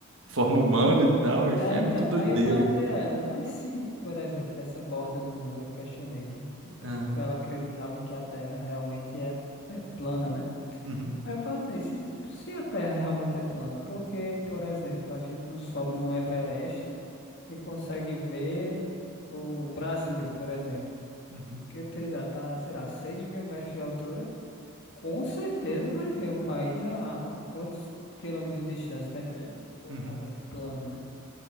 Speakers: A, on the right (about 65°); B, on the left (about 55°).
A: forma humana e tal. Enfim,
B: É,
A: é
B: então,
A: muito doideira,
B: aí eu perguntei
A: cara.
B: a ela, mas se, por exemplo, dessa borda do mundo, eu questionei, né? Tipo,
A: Aham.
B: porque ela acreditava que a Terra realmente é, é plana, né?
A: Uhum.
B: Aí eu perguntei, se, tipo, se a Terra realmente é plana, por que, por exemplo, a gente não sobe no Everest e consegue ver o Brasil, por exemplo?
A: Uhum.
B: Que tem- já tá, sei lá, 6 mil metros de altura Com certeza vai ver um país a quantos quilômetros de distância, tá entendendo? Se for
A: Uhum.
B: realmente plano, né?